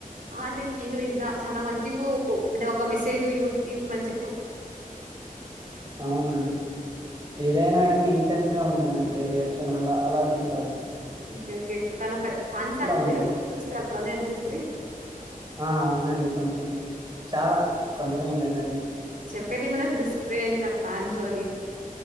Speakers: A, on the right (about 65°); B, on the right (about 30°).
A: ఆ, అండి నేను విన్నా చాలా మంచిగా అంటే ఒక మెసేజ్ యూత్ కి మంచి
B: అవునండి ఏదైనా ని ఇంటెన్స్గా ఉంటుందండి రియాక్షన్ అలా అలా తీసుాడు
A: ఓకే ఓకే తన ఫ్యాన్స్ అంట
B: ఉంటాయి.
A: మీరు చూస్తే వెళ్దని అనిపిస్తుంది
B: ఆ! అవునండి కొంచెం. చాలా కొంచెం లేదండి.
A: చెప్పేది ఏంటనే తెలుస్తుందిడి తన ఫ్యాన్స్ ని